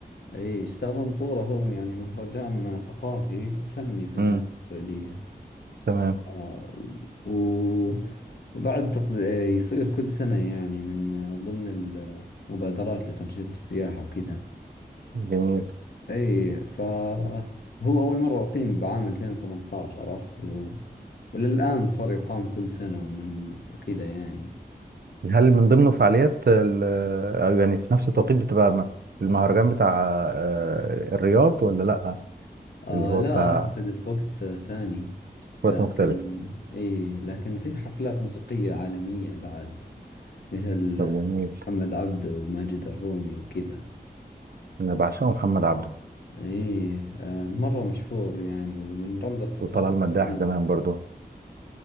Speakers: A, on the left; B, on the right.
A: اي شتاء طنطورة هو يعني مهرجان ثقافي وفني في المملكة
B: امم
A: السعودية
B: تمام
A: آه، و- وبعد تقد... آه، يصير كل سنة يعني من آه، ضمن المبادرات لتنشيط السياحة وكذا
B: جميل
A: اي فهو اول مرة اقيم بعام 2018 عرفت و... وللآن صار يقام كل سنة ومن وكذا يعني
B: هل من ضمن فعاليات ال- أو يعني في نفس التوقيت بتبقى م- المهرجان بتاع آه، الرياض ولا لأ
A: آه
B: اللي هو
A: لا
B: بتاع
A: اعتقد في وقت آه، ثاني لكن
B: وقت مختلف
A: اي لكن في حفلات موسيقية عالمية بعد مثل
B: طب
A: آه،
B: جميل
A: محمد عبده وماجد الرومي وكذا
B: أنا بعشقه محمد عبده
A: اي آه مرة مشهور يعني ومن رمز الثقافة
B: وطلال
A: السعودية
B: مداح زمان برضه